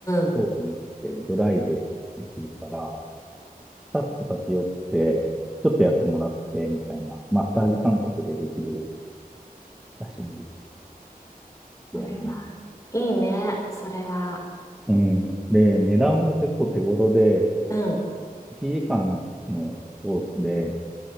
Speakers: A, on the left; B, in the centre.
A: ん、
B: そうでもなくて、ドライでできるから、スタッフ立ち寄って、ちょっとやってもらって、みたいな、マッサージ感覚でできる
A: うん。
B: らしいん
A: それは、
B: だよね。
A: いいね。それは。
B: うん。で、値段も結構手頃で、
A: うん。
B: 1時間のコースで